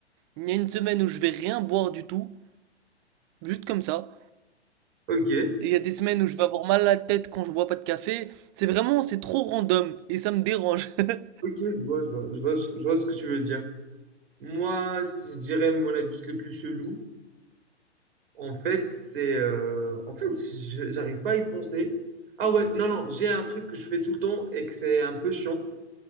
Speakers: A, on the right; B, on the right.
A: Il y a une semaine où je vais rien boire du tout, juste comme ça.
B: ok,
A: Et il y a des semaines où je vais avoir mal à la tête quand je bois pas de café. C'est vraiment, c'est trop random et ça me dérange. <laughs>
B: ok, je vois, je vois, je vois, ce je vois ce que tu veux dire. Moi, si je dirais mon habitude le plus chelou, en fait, c'est... euh, En fait, je- j'arrive pas à y penser. Ah ouais, non, non, j'ai un truc que je fais tout le temps et que c'est un peu chiant.